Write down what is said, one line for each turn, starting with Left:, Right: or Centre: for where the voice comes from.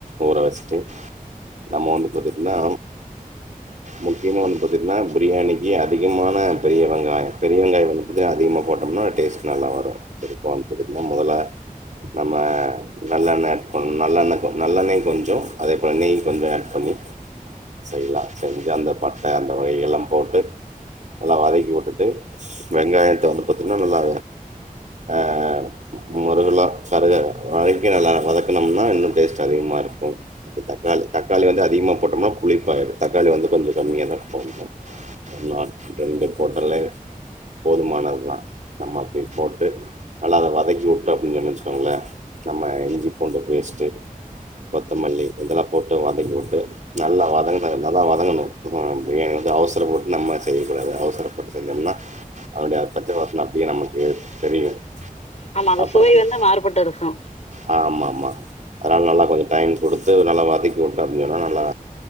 Right: ஊற வச்சுட்டு நம்ம வந்து பாத்தீன்னா முக்கியமா வந்து பாத்தீங்கன்னா பிரியாணிக்கு அதிகமான பெரிய வெங்காயம் பெரிய வெங்காயம் வந்து பாத்தீங்கன்னா அதிகமா போட்டோம்னா டேஸ்ட் நல்லா வரும் <unintelligible> முதல நம்ம நல்லெண்ணெ ஆட் பண்ணணும் நல்லெண்ண நல்லண்ணய கொஞ்சம் அதே பண்ணி கொஞ்சம் ஆட் பண்ணி செய்லாம் செஞ்சு அந்த பட்டை அந்த வகைகல்லாம் போட்டு நல்லா வதக்கி உட்டுட்டு வெங்காயத்தை வந்து பார்த்தோம்ன்னா நல்லா ஆ முருகுலா கருகரை வரக்கி நல்லா வதக்கனம்னா இன்னும் டேஸ்ட் அதிகமாக இருக்கும் தக்காளி தக்காளி வந்து அதிகமா போட்டோம்னா புளிப்பாயிடும் தக்காளி வந்து கொஞ்சம் கம்மியா தான் போட்னும் <unintelligible> போட்டலே போதுமானதுதான் நம்ம அப்படி போட்டு நல்ல அதை வதக்கி வி <unintelligible> நம்ம் இஞ்சி பூண்டு பேஸ்ட் கொத்தமல்லி இதெல்லாம் போட்டு வதக்கிவிட்டு நல்லா வதங்க நல்லா வதங்கணும் ம் பிரியாணி வந்து அவசரபட்டு நம்ம செய்யக்கூடாது அவச அவசர பட்டு செஞ்சோம்னா அதோட பச்ச <unintelligible> அப்படியே நம் <unintelligible>
Left: ஆமா அது
Right: அப்புறம்
Left: சுவை
Right: வந்து
Left: மாறுபட்டு இருக்கு
Right: ஆ ஆமா ஆமா அதனால் நல்லா கொஞ்சம் டைம் கொடு நல்ல வதக்கி உட்டிங்கனா நல்லா